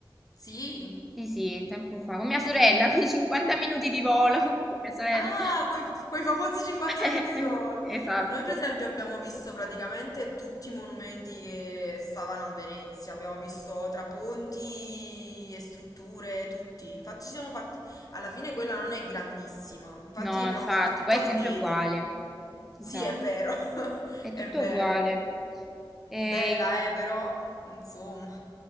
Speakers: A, on the left; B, in the centre.
A: Sì.
B: Sì, sì, tempo fa, con mia sorella, <laughs> con 50 minuti di volo, <laughs> con mia sorella.
A: Ah, quei, quei famosi 50
B: <laughs>
A: minuti di volo.
B: Esatto.
A: Noi, per esempio, abbiamo visto praticamente tutti i monumenti che stavano a Venezia. Abbiamo visto traponti e strutture, tutti. Infatti, ci siamo fatti. Alla fine, quella non è grandissima. Infatti,
B: No,
A: abbiamo
B: infatti,
A: fatto tutto
B: poi
A: a
B: è sempre
A: piedi.
B: uguale.
A: Sì,
B: Esatto,
A: è vero. <laughs>
B: è
A: È
B: tutto
A: vero.
B: uguale. E-
A: Bella, eh, però, insomma,